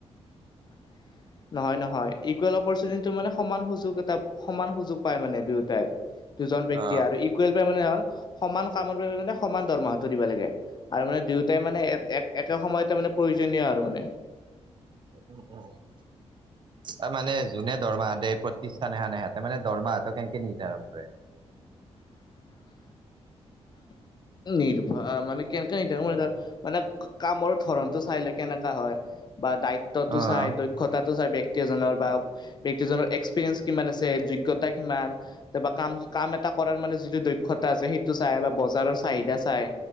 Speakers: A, on the left; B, on the right.
A: <inaudible> নহয় নহয় ইকুৱেল অপৰচুটি মানে সমান সুযোগ এটা সমান সুযোগ পাই মানে দুয়োটাই দুজন ব্যক্তি
B: অ'।
A: আৰু ইকুৱেল মানে হ'ল। সমান কামৰ বাবে মানে সমান দৰমাহটো দিব লাগে আৰু মানে দুয়টাই মানে এক একে সময়তে মানে প্ৰয়োজনীয় আৰু মানে
B: উ উম উ ত মানে যোনে দৰমাহতে প্ৰতিষ্ঠান এহানেহঁতে মেৰমাহ কেনেকে নিৰ্ধাৰণ কৰে।
A: <inaudible> নিৰ্ভৰ মানে কেনেকা নি ম ধৰ মানে কামৰ ধৰণতটো চাই লৈ কেনেকা হয়। বা দায়িত্বতো
B: অ',
A: চাই দক্ষতাটো চাই ব্য্ক্তি এজনৰ বা ব্যক্তিজনৰ এক্সপিৰিয়েন্ঞ্চ কিমান আছে যোগ্য়তা কিমান তাৰা কাম কাম এটা কৰাৰ মানে যিটো দক্ষ তা আছে সেইটো চাই বা বজাৰৰ চাহিদা চাই